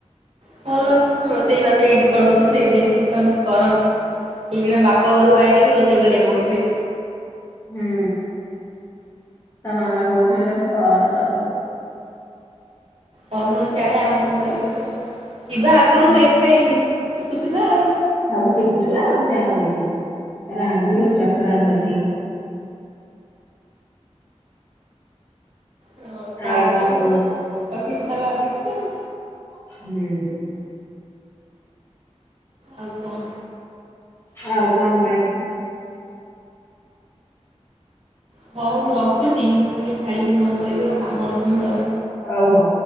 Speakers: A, on the right; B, on the left.
A: ଭଲ ରୋଷେଇ ବାଷ ଏଇଠି କରୁନଥିଲୁ ସେଇଠି ଯାଇ ଶିଖନ୍ତୁ। କରନ୍ତୁ। ଏଇଖିଣା ବାପ ଘରକୁ ଆଇଲେ ବି, ରୋଷେଇ କରିବାକୁ କହୁଥିବେ।
B: ହୁଁ। ତା ମାମା କହୁଥିବେ ତାକୁ କର ସବୁ।
A: ଗଲୁନୁ ସିଆଡେ ଆମକୁ କରିକି ଦେ। ଯିବା ଆଗରୁ
B: ହୁଁ
A: ସେଇ ପାଇଁ ଶିକୁଥିଲା ଆଉ।
B: ସବୁ ଶିଖୁଥିଲା ଆଉ ଯାହା କହିଲୁ। ତାର ଆଗରୁ ଚକ୍ରାନ୍ତ ଥିଲା।
A: ହଁ ସେ
B: ଆଉ
A: ଆଗରୁ
B: କଣ କହୁଛୁ
A: ରଖିଥିଲା ଭାବିକ ଆଉ।
B: ହୁଁ।
A: ଆଉ କଣ୍?
B: ଆଉ କଣ କହିବି।
A: ହଉ ମୁଁ ରଖୁଛି, ମୁଁ ଟିକେ ଛାଡ଼ିକି ଫୋନ କରିବି ଆଉ, କାମ ଅଛି ମୋର ଆଉ।
B: ହଉ ହଉ।